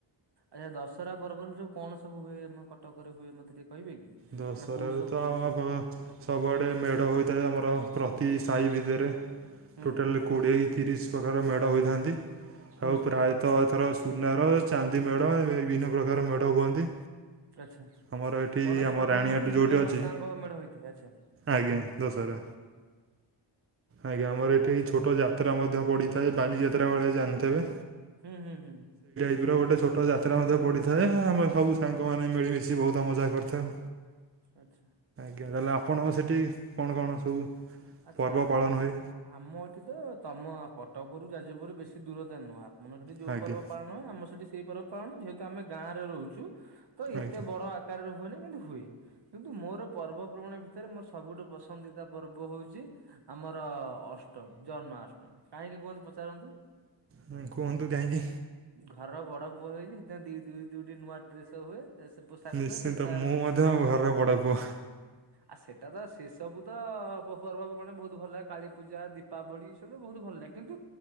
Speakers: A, on the right; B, on the right.
A: ଆଚ୍ଛା ଦଶହରା ପର୍ବରେ ହେଠି ସବୁ କଣ ସବୁ ହୁଏ ଆମ କଟକରେ ହୁଏ ମତେ ଟିକେ କହିବେ କି?
B: ଦଶହରାରୁ
A: ମାନେ କୋଉ ସବୁ
B: ତ
A: ଜିନିଷ ହୁଏ
B: ବ ସବୁଆଡେ ମେଢ ହୋଉଥାଏ ଆମର ପ୍ରତି ସାଇ ଭିତରେ
A: ହୁଁ
B: ଟୋଟାଲେ କୋଡ଼ିଏ କି ତିରିଶ ପ୍ରକାର ମେଢ଼ ହୋଇଥାନ୍ତି
A: ହୁଁ
B: ଆଉ ପ୍ରାୟେତଃ ଏଥର ସୁନାର, ଚାନ୍ଦି ମେଢ, ଏବେ ଏଇ ବିଭିନ୍ନ ପ୍ରକାର ମେଢ ହୁଅନ୍ତି।
A: ଆଛା
B: ଆମର ଏଠି
A: ଗଣେଶ
B: ଆମ
A: ଭଗବାନଙ୍କୁ
B: ରାଣୀହାଟ
A: ଦୁର୍ଗା
B: ଯେଉଁଠି ଅଛି
A: ମାତାଙ୍କ ମେଢ ହୋଇଥାଏ ଆଛା।
B: ଆଜ୍ଞା ଦଶହରା ଆଜ୍ଞା ଆମର ଏଠି
A: ଆଚ୍ଛା
B: ଏଇ ଛୋଟ ଯାତ୍ରା ମଧ୍ୟ ପଡିଥା ନା ଯେ ବାଲିଯାତ୍ରା ବେଳେ ଜଣଥେବେ।
A: ହୁଁ ହୁଁ ହୁଁ।
B: ଏଉର ଗୋଟେ ଛୋଟ ଯାତ୍ରା ମଧ୍ୟ ପଡିଥାଏ ଆମେ ସବୁ ସାଙ୍ଗମାନେ ମିଳିମିଶି ବୋହୁତ ମଜା କରିଥାଉ।
A: ଆଚ୍ଛା।
B: ଆଜ୍ଞା ତାହେଲେ ଆପଣଙ୍କ ସେଠି କଣ କଣ ସବୁ
A: ଆଚ୍ଛା
B: ପର୍ବ
A: ଆମ
B: ପାଳନ
A: ସହିତ
B: ହୁଏ
A: ଆମ ଏଠି ତ ତମ କ କଟକରୁ ଯାଜିପୁରୁ ବେଶ ଦୂରତା ନୁହଁ ଆପଣଙ୍କର ସେଠି ଯୋଉ
B: ଆଜ୍ଞା
A: ପର୍ବ ପାଳନ ହବ ଆମ ସେଠି ସେଇ ପର୍ବ ପାଳନ ଯେହେ ଯେହେତୁ ଆମେ ଗାଁରେ ରହୁଛୁ ତ ଏତେ
B: ଆଜ୍ଞା
A: ବଡ ଆକାରରେ ହୁଏନି। କିନ୍ତୁ ହୁଏ କିନ୍ତୁ ମୋର ପର୍ବପର୍ବାଣ ଭିତରେ ମୋର ସବୁଠୁ ପସନ୍ଦିତା ପର୍ବ ହୋଉଚି ଚି ଆମର ଅଷ୍ଟମୀ ଜନ୍ମାଷ୍ଟମୀ କାହିଁକି କୁହନ୍ତୁ ପଚାରନ୍ତୁ।
B: ହୁଁ କୁହନ୍ତୁ କାହିଁକି?
A: ଘରର ବଡ଼ ପୁଅ ହେଇଚି ସେଥିପଁ ଦି ଦୁଇ ଦୁଇଟି ନୂଆ ଡ୍ରେସେ ହୁଏ। ଏ ସେ ପୋଷାକ
B: ନିଶ୍ଚିନ୍ତ
A: ହୁଏ ତ ସେଇଟା
B: ମୁଁ
A: ଆଉ
B: ମଧ୍ୟ
A: ଆ
B: ଘର ବଡ଼ ପୁଅ
A: ଆ ସେଟା ତ ସେସବୁ ତ ପ ପର୍ବପର୍ବାଣୀ ବୋହୁତ ଭଲ ଲାଗ କାଳୀ ପୂଜା, ଦୀପାବଳି, ସେଗୁଡା ବୋହୁତ ଭଲ ଲାଗେ କିନ୍ତୁ